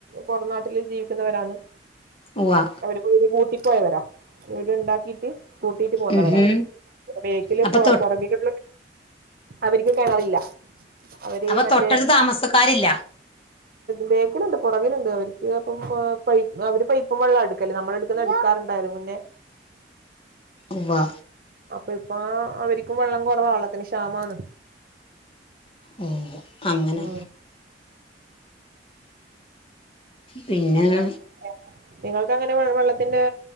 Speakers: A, on the right; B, on the left.
A: പുറം നാട്ടില് ജീവിക്കുന്നവരാണ്
B: ഉവ്വാ
A: അവര് വീട് കൂട്ടി പോയവര വീട്ണ്ടാക്കിട്ട് കൂട്ടിട്ട് പോന്നവര
B: ഉം ഹും
A: അവര് ബാക്കിൽ
B: അപ്പൊ
A: പ്പൊ
B: തൊ
A: പുറകില് അവർക്ക് കിണറില്ല അവര്
B: അപ്പൊ
A: മറ്റേ
B: തൊട്ടടുത്ത് താമസക്കാരില്ല
A: ബാക്കിലുണ്ട് പുറകിലുണ്ട് അവർക്ക് അപ്പം അവര് പൈപ്പും വെള്ളാണ് എടുക്കൽ നമ്മളടു എടുക്കാറുണ്ടായിരുന്നു മുന്നേ
B: ഉവ്വാ
A: അപ്പൊ ഇപ്പ അവരിക്കും വെള്ളം കുറവാ വെള്ളത്തിന് ക്ഷാമമാണ്
B: ഓ അങ്ങനെ
A: ഉം
B: പിന്നെ
A: ആഹ് നിങ്ങൾക്ക് അങ്ങനെ വെള്ളത്തിന്റെ